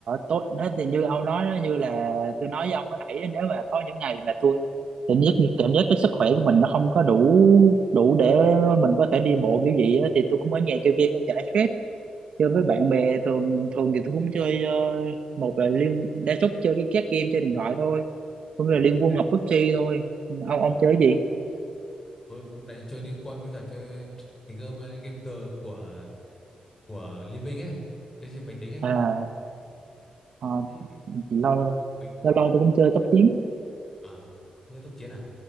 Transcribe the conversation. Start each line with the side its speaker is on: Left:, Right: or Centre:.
Right: tốt hết thì như ông nói đó, như là tôi nói với ông cái nãy á, nếu mà có những ngày mà tôi cảm giác cảm giác cái sức khỏe của mình nó không có đủ đủ để mình có thể đi bộ kiểu gì á, thì tôi cũng ở nhà chơi game cũng giải stress chơi với bạn bè thường thường thì tôi cũng chơi ờ, một là liên đa số chơi cái các game chơi điện thoại thôi cũng như
Left: Ờ,
Right: là liên quân học PUBG thôi ông ông
Left: ờ.
Right: chơi cái gì
Left: tôi cũng đấy chơi Liên Quân với cả chơi cái game ờ, game cờ của của Liên Minh ấy chơi trên máy tính ấy
Right: à ờ,
Left: Thế-
Right: lâu lâu
Left: thế thì bình
Right: lâu tôi
Left: bình thường
Right: cũng
Left: ông
Right: chơi
Left: đi
Right: tốc
Left: làm
Right: chiến
Left: à với tốc chiến à